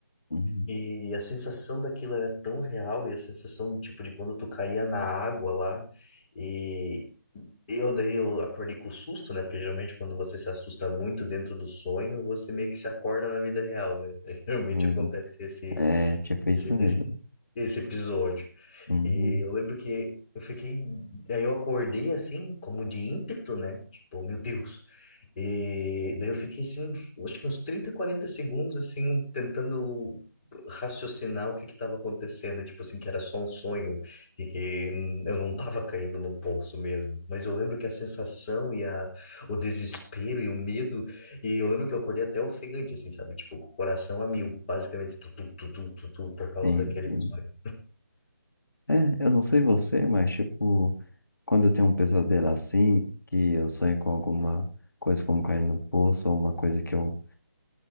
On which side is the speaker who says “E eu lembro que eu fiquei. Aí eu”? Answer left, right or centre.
Left